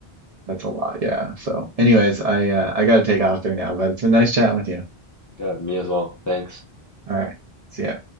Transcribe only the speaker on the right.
That's a lot. Yeah. So anyways, I uh, I got to take off there now, but it's been nice chatting with you.
All right. See ya.